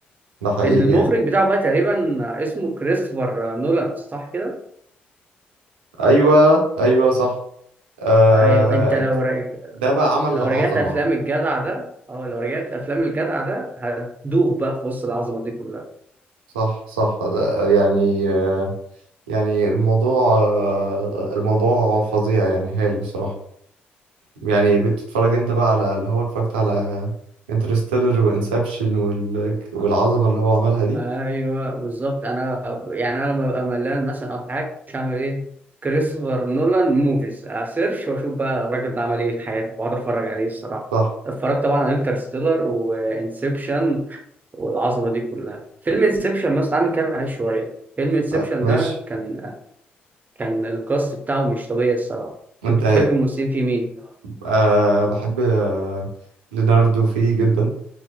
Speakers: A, on the right; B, on the right.
A: ده حقيقي
B: المخرج
A: يعني
B: بتاعه بقى تقريبا اسمه كريستوفر نولان صح كده؟
A: ايوه ايوه صح آه
B: ايوه انت لو
A: ك-
B: رج...
A: ده بقى عمل
B: لو
A: عظمة
B: رجعت افلام الجدع ده اه لو رجعت افلام الجدع ده هتدوخ بقى في وسط العظمه دي كلها
A: صح صح ده يعني يعني الموضوع آه، الموضوع فظيع يعني هايل بصراحة يعني بتتفرج انت بقى على اللي هو اتفرجت على انترستيلر وانسبشن وال... والعظمة اللي هو عملها دي
B: ايوه بالظبط انا يعني انا لما ببقى ملان مثلا او حاجه مش هعمل ايه؟ كريستوفر نولان موفيز اسيرش واشوف بقى الراجل ده عمل ايه في حياته واقعد اتفرج عليه الصراحه
A: صح
B: اتفرجت طبعا على انترستيلر وانسبشن والعظمه دي كلها فيلم انسبشن مثلا تعالى نتكلم عليه شويه فيلم انسبشن
A: آه، ماشي
B: ده كان كان الكاست بتاعه مش طبيعي الصراحه
A: انت
B: كنت بتحب الممثلين في مين
A: أه بحب آه، ليناردو فيه جدا